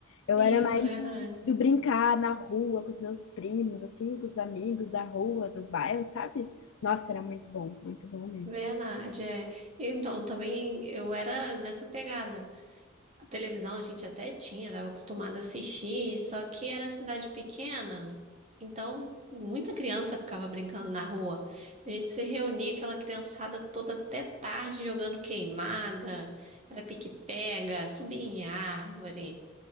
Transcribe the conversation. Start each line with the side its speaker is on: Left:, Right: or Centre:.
Left: Eu
Right: Isso,
Left: era mais
Right: verdade.
Left: do, do brincar na rua com os meus primos, assim, com os amigos da rua, do bairro, sabe? Nossa, era muito bom, muito bom mesmo.
Right: Verdade, é. Eu, Então, também eu era nessa pegada. A televisão a gente até tinha, estava acostumada a assistir, só que era cidade pequena, então muita criança ficava brincando na rua. A gente se reunia, aquela criançada toda até tarde jogando queimada, era pique-pega, subia em árvore.